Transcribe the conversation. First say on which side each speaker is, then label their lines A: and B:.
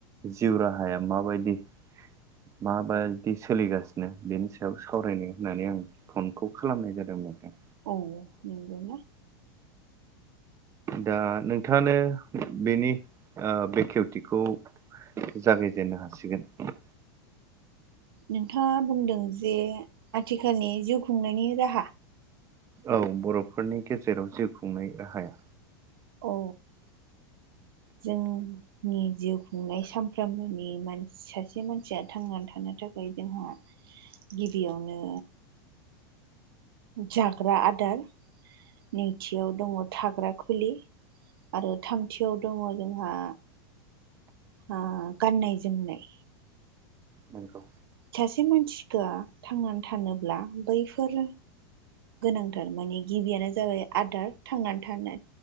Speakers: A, on the right (about 25°); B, on the right (about 75°).
A: जिउ राहाया माबायदि! माबायदि सोलिगासिनो बेनि सायाव सावरायनो होननानै आं फनखौ खालामनाय जादों। <unintelligible>
B: औ औ नंगौ ना?
A: दा नोंथाङानो बेनि ओ बेखेवथिखौ जागायजेननो हासिगोन।
B: नोंथाङा बुंदों जे आथिखालनि जिउ खुंनायनि राहा
A: औ बर'फोरनि गेजेराव जिउ खुंनाय राहाया
B: औ जों। नि जिउ खुंनाय सानफ्रामबोनि मानसि सासे मानसिया थांनानै थानो थाखाय जोंहा गिबियावनो जाग्रा आदार, नैथियाव दङ थाग्रा खुलि। आरो थामथियाव दङ जोंहा ओ गाननाय जोमनाय।
A: नोंगौ।
B: सासे मानसिखा थांनानै थानोब्ला बैफोरो गोनांथार माने गिबियानो जाबाय आदार थांनानै थानो,